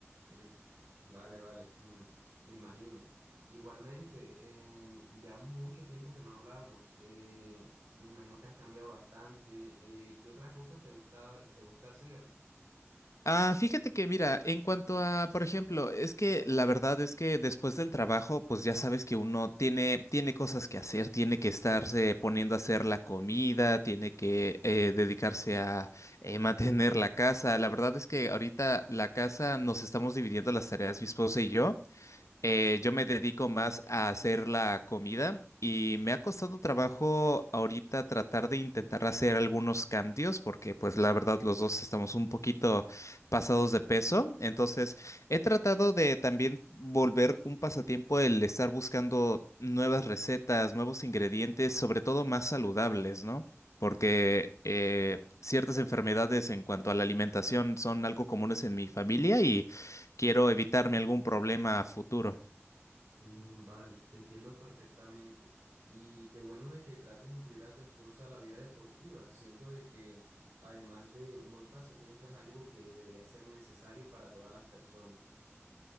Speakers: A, on the right (about 70°); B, on the left (about 85°).
A: Mm, vale, vale, mm, me imagino. Igualmente, em, ya mucho tiempo que no hablamos. em, me imagino que has cambiado bastante. eh, ¿qué otras cosas te gusta, te gusta hacer?
B: Ah, fíjate que mira, en cuanto a, por ejemplo, es que la verdad es que después del trabajo, pues ya sabes que uno tiene, tiene cosas que hacer, tiene que estarse poniendo a hacer la comida, tiene que eh, dedicarse a eh, mantener la casa. La verdad es que ahorita la casa nos estamos dividiendo las tareas, mi esposa y yo. Eh, yo me dedico más a hacer la comida y me ha costado trabajo ahorita tratar de intentar hacer algunos cambios porque pues la verdad los dos estamos un poquito pasados de peso. Entonces he tratado de también volver un pasatiempo el estar buscando nuevas recetas, nuevos ingredientes, sobre todo más saludables, ¿no? Porque eh, ciertas enfermedades en cuanto a la alimentación son algo comunes en mi familia y quiero evitarme algún problema a futuro.
A: Mm, vale, te entiendo perfectamente. Y qué bueno de que trates de incluir a tu esposa a la vida deportiva. Siento de que además de un buen pasatiempo es algo que debería ser necesario para todas las personas.